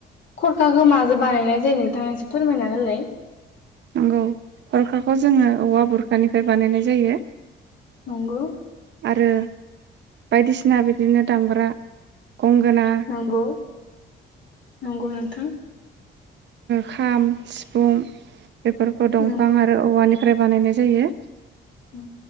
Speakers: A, on the left; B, on the right.
A: खरखाखौ मा बानायनाय जायो नोंथाङा एसे फोरमायना होलाय।
B: नंगौ थरखाखौ जोङो औवा बुरखानिफ्राय बानायनाय जायो।
A: नंगौ
B: आरो बायदिसिना बिदिनो दामग्रा गंगोना
A: नंगौ नंगौ नोंथां। नोंथां
B: खाम सिफुं बेफोरखौ दंफां
A: नंगौ
B: आरो औवानि औवानिफ्राइ बानायनाय जायो।
A: औ